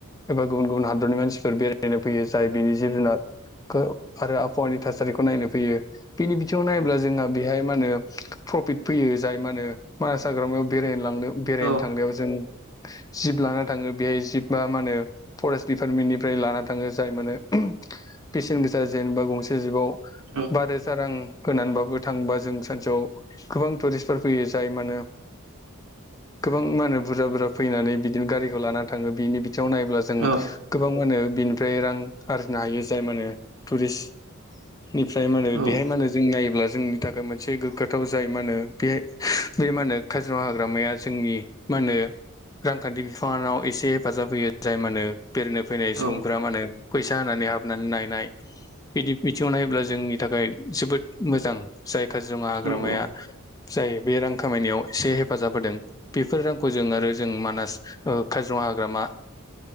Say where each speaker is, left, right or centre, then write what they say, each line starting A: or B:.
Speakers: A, on the left; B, on the right.
A: एबा गुबुन गुबुन हादरनि मानसिफोर बेराय नायनो फैयो जाय बिनि जिब जुनारखौ आरो आबहावानि थासारिखौ नायनो फैयो। बेनि बिथिंङाव नायोब्ला जोंहा बेहाय मा होनो प्रफिट फैयो जाय मा होनो मानास हाग्रामायाव बेरायनो लांनो बेरायनो
B: औ
A: थांनायाव जों जिब लाना थांङो बेहाय जिबा मा होनो फरेस्ट दिडिपार्टमेन्टनिफ्राय लाना थाङो जाय माने बेसेन गोसा जेनबा गंसे जिबाव
B: औ
A: बा रोजा रां होनानैबाबो थांबा जों सानसेयाव गोबां टुरिस्टफोर फैयो जाय मानो गोबां मा होनो बुरजा बुरजा फैनानै बिदिनो गारिखौ लानानै थांङो बिनि बिथिंङाव नायब्ला जों
B: औ
A: गोबां मान बिनिफ्राय रां आरजिनो हायो जाय माने टुरिस्ट निफ्राय मा होनो
B: औ
A: बेहाय मा होनो जों नायोब्ला जों नि थाखाय मोनसे गोग्गाथाव जाय मा होनो बेाय बे मा होनो काजिरङा हाग्रामाया जोंनि मा होनो रांखान्थि बिफानानाव एसे हेफाजाब होयो जाय मा होनो बेरायनो फैनाय
B: औ
A: सुबुंफोरा मा होनो फैसा सा होनानानै हाबनानै नायनाय बिदि बिथिंङाव नायोब्ला जोंनि थाखाय जोबोद मोजां जाय काजिरङा हाग्रामाया
B: औ
A: जाय बे रां खामायनायाव एसे हेफाजाब होदों बेफोर रांखौ जों आरो जों मानास काजिरङा हाग्रामा